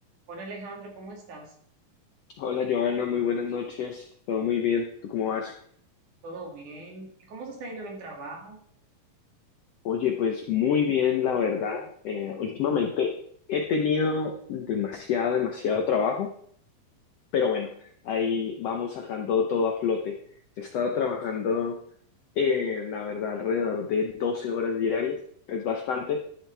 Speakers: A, on the right (about 65°); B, on the left (about 70°).
A: Hola Alejandro, ¿cómo estás?
B: Hola Joana, muy buenas noches. Todo muy bien. ¿Tú cómo vas?
A: ¿Todo bien? ¿Y cómo se está yendo en el trabajo?
B: Oye, pues muy bien, la verdad. Eh, últimamente he tenido demasiado, demasiado trabajo, pero bueno, ahí vamos sacando todo a flote. He estado trabajando, eh, la verdad, alrededor de 12 horas diarias. Es bastante,